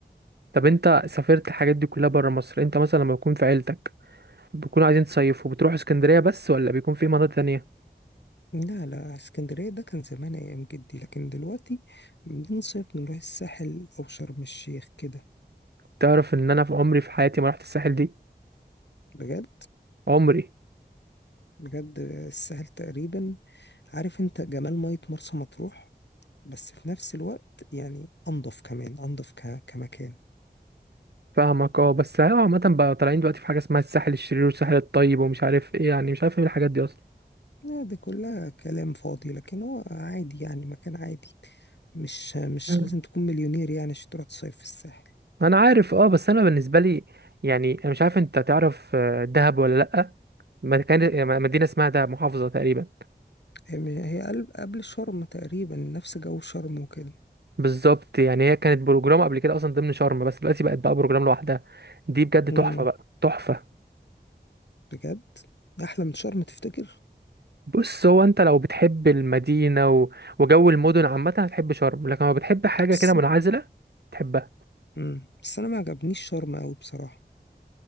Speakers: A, on the right; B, on the left.
A: طب انت سافرت الحاجات دي كلها بره مصر انت مثلا لما بيكون في عيلتك بيكونوا عايزين تصيفوا بتروحوا اسكندرية بس ولا بيكون في مناطق تانية
B: لا لا اسكندرية ده كان زمان أيام جدي لكن دلوقتي بنصيف نروح الساحل أو شرم الشيخ كده
A: تعرف ان انا في عمري في حياتي ما رحت الساحل دي
B: بجد
A: عمري
B: بجد السهل تقريبا عارف انت جمال مية مرسى مطروح بس في نفس الوقت يعني انضف كمان انضف ك... كمكان
A: فاهمك اه بس هو عامة بقى طالعين دلوقتي في حاجة اسمها الساحل الشرير والساحل الطيب ومش عارف ايه يعني مش عارف ايه الحاجات دي اصلا
B: لا دي كلها كلام فاضي لكن هو عادي يعني مكان عادي مش مش
A: مم.
B: لازم تكون مليونير يعني عشان تروح تصيف في الساحل
A: انا عارف اه بس انا بالنسبه لي يعني انا مش عارف انت تعرف آه، دهب ولا لا ما كان مدينه اسمها دهب محافظه تقريبا
B: هي هي قل- قبل شرم تقريبا نفس جو شرم وكده
A: بالظبط يعني هي كانت بروجرام قبل كده اصلا ضمن شرم بس دلوقتي بقت بقى بروجرام لوحدها دي بجد
B: امم
A: تحفه بقى تحفه
B: بجد ده احلى من شرم تفتكر
A: بص هو انت لو بتحب المدينه و... وجو المدن عامه هتحب شرم لكن لو بتحب حاجه
B: بس
A: كده منعزله تحبها
B: امم بس انا ما عجبنيش شرم قوي بصراحة